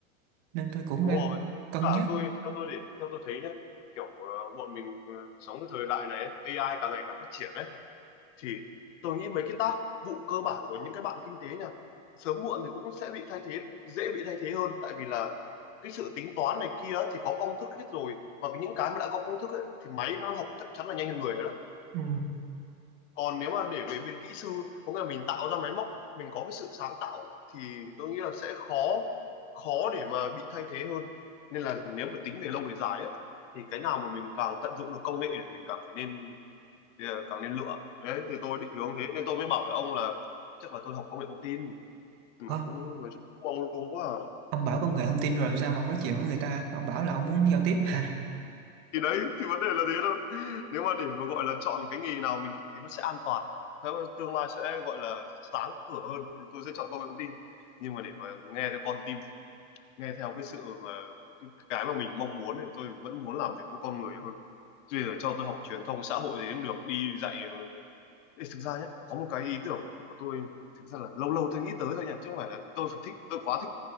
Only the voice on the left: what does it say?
đúng
rồi
cả
tôi theo tôi để theo tôi thấy nhá kiểu ờ, bọn mình ờ, sống cái thời đại này ấy, AI càng ngày càng phát triển ấy. thì tôi nghĩ mấy cái tác vụ cơ bản của những cái bạn kinh tế nha sớm muộn thì cũng sẽ bị thay thế dễ bị thay thế hơn tại vì là cái sự tính toán này kia ấy, thì có công thức hết rồi và những cái mà đã có công thức ấy, thì máy nó học chắc chắn là nhanh hơn người đó
còn nếu mà để về bên kỹ sư có nghĩa là mình tạo ra máy móc mình có cái sự sáng tạo thì tôi nghĩ là sẽ khó khó để mà bị thay thế hơn nên là nếu mà tính về lâu về dài ấy, thì cái nào mà mình càng tận dụng được công nghệ thì mình càng phải nên thì ờ, càng nên lựa đấy thì tôi định hướng thế nên tôi mới bảo với ông là chắc là tôi học công nghệ thông tin nhưng
mà cũng nói chung cũng mong luôn quá à.
thì đấy thì vấn đề là thế đâu nếu mà để mà gọi là chọn cái nghề nào mình cảm thấy nó sẽ an toàn thế mà tương lai sẽ gọi là sáng cửa hơn thì tôi sẽ chọn công nghệ thông tin nhưng mà để mà nghe theo con tim nghe theo cái sự mà cái cái mà mình mong muốn thì tôi vẫn muốn làm việc với con người hơn tuy là cho tôi học truyền thông xã hội gì cũng được đi dạy ờ, Ê, thực ra nhé có một cái ý tưởng của tôi thực ra là lâu lâu tôi nghĩ tới thôi nhỉ chứ không phải là tôi phải thích tôi quá thích